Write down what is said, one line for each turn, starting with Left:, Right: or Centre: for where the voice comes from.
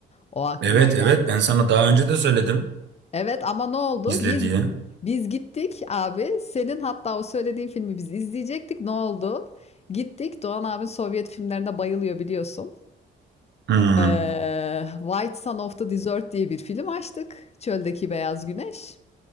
Left: O aklıma
Right: Evet
Left: geldi.
Right: evet ben sana daha önce de söyledim
Left: Evet ama ne oldu?
Right: izle
Left: Biz
Right: diye.
Left: biz gittik abi. Senin hatta o söylediğin filmi biz izleyecektik. Ne oldu? Gittik. Doğan abin Sovyet filmlerine bayılıyor biliyorsun.
Right: Hı
Left: Ee, White Sun of the Desert diye bir film açtık. Çöldeki Beyaz Güneş.